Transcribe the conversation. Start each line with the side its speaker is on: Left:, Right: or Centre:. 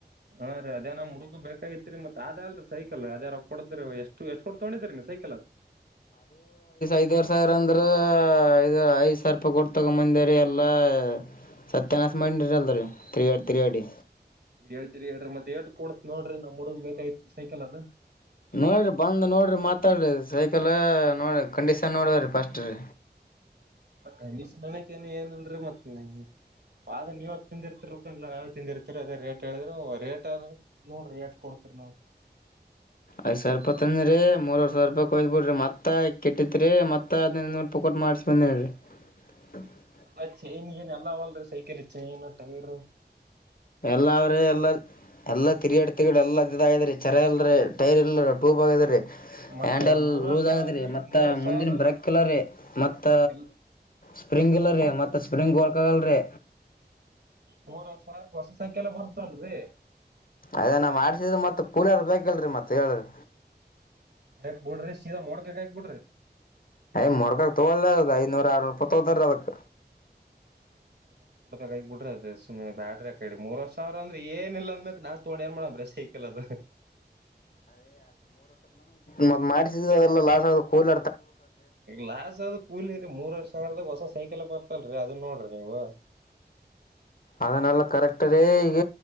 Right: ಹಾ ರೀ ಅದೇ ನಮ್ ಹುಡುಗ ಬೇಕಾಗಿತ್ರಿ ಮತ್ತತ್ ಅದೇ ಅಲ್ರಿ ಸೈಕಲ್ ಅದೇ ರೊ ಕೊಡ್ತರಿ ಎಷ್ಟು ಎಷ್ಟು ಕೊಡ್ ತೊಂಡಿದ್ರರಿ ನೀ ಸೈಕಲ್ದು
Left: ಐದ್ವ ಸಾವಿರ ಅಂದ್ರ ಐದ ಐ್ ಸಾವಿರ ರೂಪಾಯಿ ಕೊಟ್ಟ ತಗೊಂಬಂದರಿ ಎಲ್ಲಾ ಸತ್ಯನಶ ಮಾಡ್ ಅಲ್ಲ ರೀ ತಿರ್ಗಾಡಿ ತಿರ್ಗಾಡಿ
Right: ಹೇತತಿರಿ ಹೇಳ್ರಿ ಮತ್ತತ್ ಎಳ್ ಕ ಕೊಡತ್ ನೋಡ್ರಿ ನಮ್ ಹುಡುಗ್ ಬೇಕಾಯತ್ ಸೈಕಲ್ ಅದು
Left: ನೋಡ್ರಿ ಬಂದ್ ನೋಡ್ರಿ ಮಾತಾಡ್ರಿ ಸೈಕಲ್ ನೋಡ್ರ ಕಂಡೀಷನ್ ನೋಡವ್ರಿ ಫಸ್ಟ್ ರೀ
Right: ಕಂಡಿಷನಕೇ ಏನನ್ರಿ ಮತ್ತ ಪಾಗ ನೀವ್ತ್ ತಿಂದ ಇರ್ತಿರ ಯಾವ ತಿಂದಿರ್ತರಿ ಅದೇ ರೇಟ್ ಹೇಳಿದ್ರರು ರೇಟ್ ನೋಡ್ರಿ ಎಷ್ಟು ರೇಟ್ ಕೊಡ್ತಿರಿ ನೋಡ್ರಿ
Left: ಐದ್ ಸಾವಿರ ರೂಪಾಯಿ ತನ್ನಿರಿ ಮೂರ್ವರ್ ಸಾವಿರ ರೂಪಾಯಯ್ ಬಿಡ್ರಿ ಮತ್ತತ್ ಕೆಟ್ಟಿತ್ರಿ ಮತ್ತ ಐದಿನೈದು ರೂಪ ಮಾರ್ ಮ <inaudible>
Right: ಎಲ್ಲ ಚೈನ್ಗಏನ್ ಎಲ್ಲ ಅವಲ್ರಿ ಸೈಕಲ್ ಚೈನ್ ಟೈರು
Left: ಎಲ್ಲ ಅವ್ರ ಎಲ್ಲ ಎಲ್ಲಾ ತಿರುಗಾಡ್ ತಿಗಳು ಎಲ್ಲಾ ಇದ್ರ ಚರ ಎಲ್ರ ಟೈರ್ ಇಲ್ರ ಟೂ ಬ್ ಹೋಗಿದ್ರಿ
Right: ಮತ್ತ
Left: ಹ್ಯಾಂಡಲ್
Right: ಮೂರವರ್
Left: ಲೂಸ್
Right: ಸಾವಿರ
Left: ಆಗದ್ರಿ ಮತ್ತ
Right: ಮೂರವರ್
Left: ಮುಂದಿನ
Right: ಸಾವಿರ
Left: ಬ್ರೇಕ್ ಇಲ್ಲ ರೀ ಮತ್ತ
Right: ಎಲ್
Left: ಸ್ಪ್ರಿಂಗ್ ಇಲ್ಲ ರೀ ಮತ್ತೆ ಸ್ಪ್ರಿಂಗ್ ವರ್ಕ್ ಆಾಗಲ್ ರೀ.
Right: ಮೂರವರ್ ಸಾವಿರ ಹೊಸ ಸೈಕಲ್ ಬರ್ತಲ್ರಿ.
Left: ಅದೇ ನಾ ಮಾಡಡ್ಸಿದ ಮತ್ತತ್ ಕೂಲಿಯರ್ ಬೇಕಲ್ರರಿ ಮತ್ತತ್ ಹೇಳ್ರಿ.
Right: ಹಕ್ ಬಿಡ್ರಿ ಶೀದಾ ಮೋಡ್ಕ ಹಕ್ ಬಿಡ್ರಿ
Left: ಯ್ ಮೊರ್ಗಕ ತಗೋಲ್ಲ ಅದ ಐನೂರ ಆರ್ನೂರು ರೂಪಾಯ ತೋದಾರ ಅದಕ್
Right: ಗಗ್ ಬುಡ್ರಿ ಅದು ಸುಮ್ನೆ ಬ್ಯಾರಕಡಿ ಮೂರ್ವರ್ ಸಾವಿರಂದ್ರ ಏನಿಲ್ಲ ಅಂದಬೇಕ ನಾ ತಗೋಂಡು ಯಾನ್ ಮಾಡಬ್ರೆ ಸೈಕಲ್ ಅದು
Left: ಮ್ ಮಾಡಸಿದ ಅದೆಲ್ಲ ಲಾಸ್ ಆದ ಕೂಲಿ
Right: ಲಾಸ್ ಆದದ ಕೂಲಿ ರರಿ ಮೂರ್ವರ್ ಸಾವಿರದಾಗ ಹೊಸ ಸೈಕಲ್ ಬರುತ್ತಿಲ್ಲ ಅದನ್ ನೋಡ್ರಿ ನೀವು
Left: ಅದನ್ನಲ್ಲ ಕರೆಕ್ಟ್ ರೀ ಈಗ